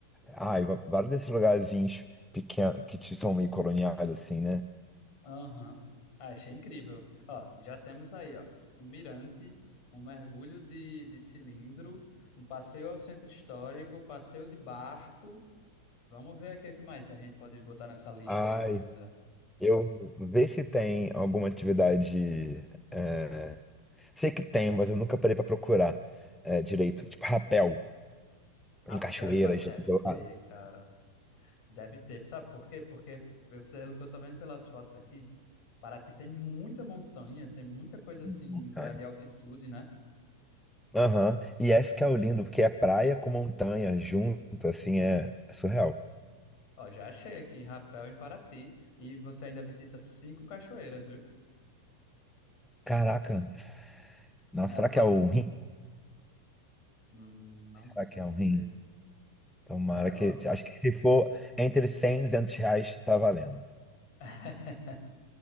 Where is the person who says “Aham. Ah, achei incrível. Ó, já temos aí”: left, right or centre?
Left